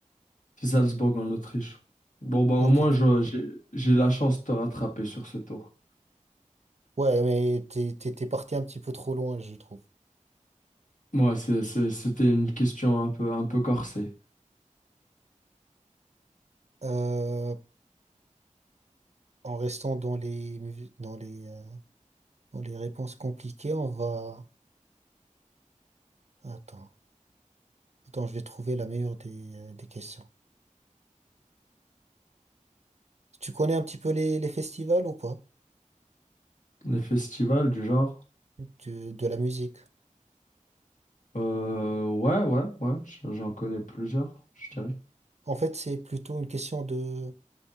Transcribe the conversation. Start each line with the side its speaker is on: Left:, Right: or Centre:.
Left: C'est Salzbourg en Autriche. Bon, bah au
Right: Ok.
Left: moins, je- j'ai j'ai la chance de te rattraper sur ce tour.
Right: Ouais, mais t'es, t'es, t'es parti un petit peu trop loin, je trouve.
Left: Ouais, c'est, c'est- c'était une question un peu, un peu corsée.
Right: Euh, en restant dans les, dans les, euh, dans les réponses compliquées, on va... Attends. Attends, je vais trouver la meilleure des, euh, des questions. Tu connais un petit peu les, les festivals ou pas?
Left: Les festivals du genre.
Right: De, de la musique.
Left: Euh, ouais, ouais, ouais, j- j'en connais plusieurs, je dirais.
Right: En fait, c'est plutôt une question de